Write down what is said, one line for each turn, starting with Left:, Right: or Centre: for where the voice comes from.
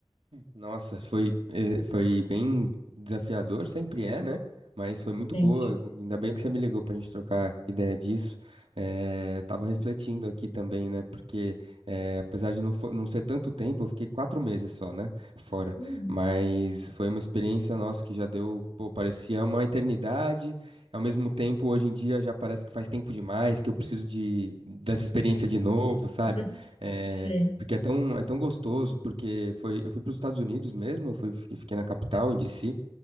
Right: Nossa, foi, eh, foi bem desafiador, sempre é, né? Mas foi muito
Left: Sempre.
Right: boa. Ainda bem que você me ligou pra gente trocar ideia disso. Eh, eu tava refletindo aqui também, né? Porque eh, apesar de não, fo- não ser tanto tempo, eu fiquei quatro meses só, né? Fora.
Left: Hum,
Right: Mas foi uma experiência nossa que já deu, pô, parecia uma eternidade. Ao mesmo tempo, hoje em dia já parece que faz tempo demais, que eu preciso de, dessa experiência de novo, sabe?
Left: <laughs>
Right: É,
Left: Sei.
Right: Porque é tão, é tão gostoso, porque foi, eu fui para os Estados Unidos mesmo, eu fui, eu fiquei na capital, em DC,